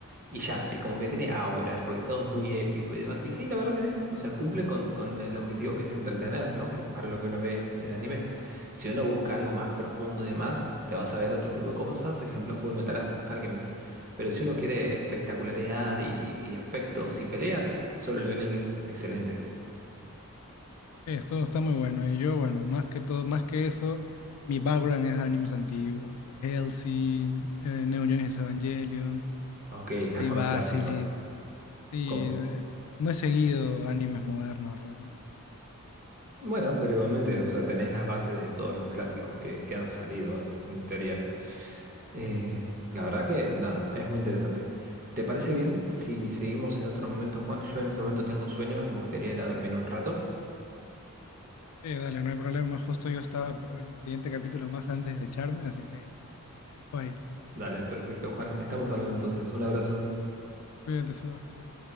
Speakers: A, on the right; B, on the left.
A: Y ya, y como que tiene ahora porque todo es muy épico y demás. Y sí, la verdad que sí. O sea, cumple con, con el objetivo que es entretener, ¿no? Que es para lo que uno ve el anime. Si uno busca algo más profundo y demás, te vas a ver otro tipo de cosas. Ejemplo, Full Metal Al- Alchemist. Pero si uno quiere espectacularidad y, y efectos y peleas, Solo Leveling es excelente.
B: Sí, esto está muy bueno. Y yo, bueno, más que todo, más que eso, mi background es animes antiguos, eh, Hellsing, eh, Neon Genesis Evangelion,
A: Ok, estás
B: por ahí
A: con
B: Basilisk.
A: los clásicos.
B: Sí,
A: Con...
B: de- no he seguido animes modernos realmente.
A: Bueno, pero igualmente, o sea, tenés las bases de todos los clásicos que, que han salido, en teoría. Eh, la verdad que nada, es muy interesante. ¿Te parece bien si seguimos en otro momento, Juan? Yo en este momento tengo sueño y me gustaría ir a dormir un rato.
B: Sí, dale, no hay problema. Justo yo estaba por ver un siguiente capítulo más antes de echarme, así que nada, te dejo ahí.
A: Dale, perfecto, Juan. Estamos hablando entonces. Un abrazo.
B: Cuídate, Sebas, chao.